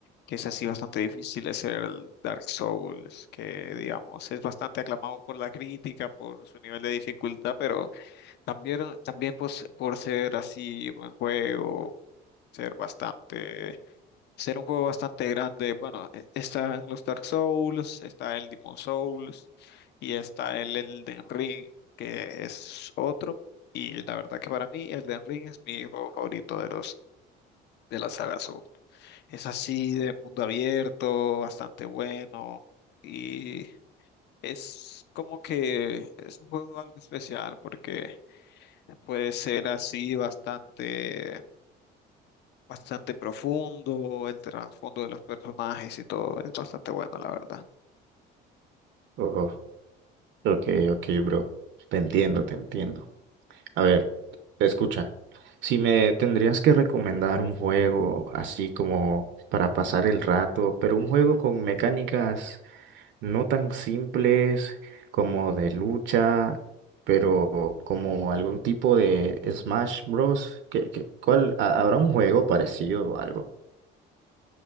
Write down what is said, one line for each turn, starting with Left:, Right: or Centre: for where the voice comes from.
Left: que es así bastante difícil, es el Dark Souls, que digamos es bastante aclamado por la crítica, por su nivel de dificultad, pero también, también pues, por ser así buen juego, ser bastante, ser un juego bastante grande. Bueno, e- están los Dark Souls, está el Demon Souls y está el Elden Ring, que es otro. Y la verdad que para mí Elden Ring es mi juego favorito de los de la saga Soul. Es así de mundo abierto, bastante bueno y es como que es un juego algo especial porque puede ser así bastante bastante profundo, el trasfondo de los personajes y todo, es bastante bueno la verdad.
Right: Oh, ok, ok, bro. Te entiendo, te entiendo. A ver, escucha. Si me tendrías que recomendar un juego así como para pasar el rato, pero un juego con mecánicas no tan simples como de lucha, pero como algún tipo de Smash Bros. ¿Qué, qué- cuál, ha- habrá un juego parecido o algo?